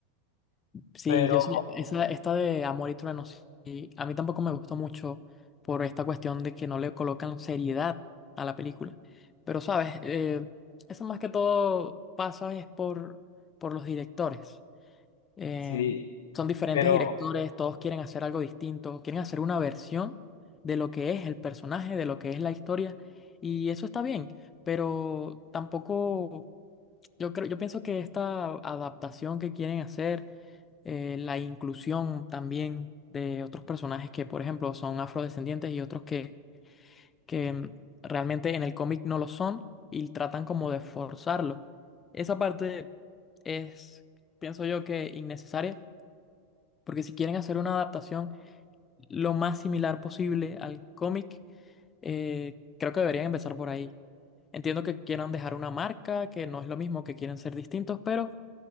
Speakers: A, on the left; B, on the left.
A: Sí,
B: Pero,
A: yo sí, esa, esta de Amor y Trueno, sí, a mí tampoco me gustó mucho por esta cuestión de que no le colocan seriedad a la película. Pero, ¿sabes? Eh, eso más que todo pasa es por, por los directores. Eh,
B: sí,
A: son diferentes
B: pero
A: directores, todos quieren hacer algo distinto, quieren hacer una versión de lo que es el personaje, de lo que es la historia, y eso está bien, pero tampoco... Yo creo, yo pienso que esta adaptación que quieren hacer, eh, la inclusión también de otros personajes que, por ejemplo, son afrodescendientes y otros que, que mm, realmente en el cómic no lo son y tratan como de forzarlo. Esa parte es, pienso yo, que innecesaria, porque si quieren hacer una adaptación lo más similar posible al cómic, eh, creo que deberían empezar por ahí. Entiendo que quieran dejar una marca, que no es lo mismo, que quieren ser distintos, pero